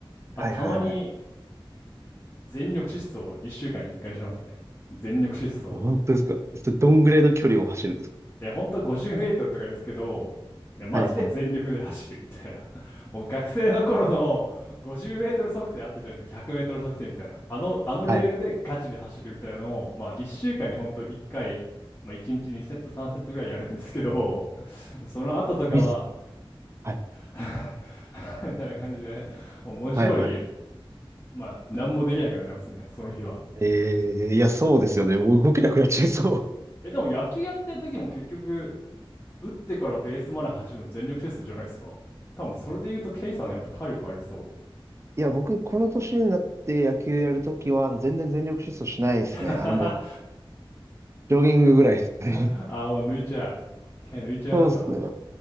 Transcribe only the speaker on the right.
はいはいはい。
本当ですか。それどんぐらいの距離を走るんですか
はいはい
はい。
ウィズ。はい。
はいはい。
えー、いや、そうですよね。もう動けなくなっちゃいそう。
いや、僕、この年になって野球やるときは、あの全然全力疾走しないですね。
あの、もう、ジョギングぐらいですね。
<laughs> そうですね。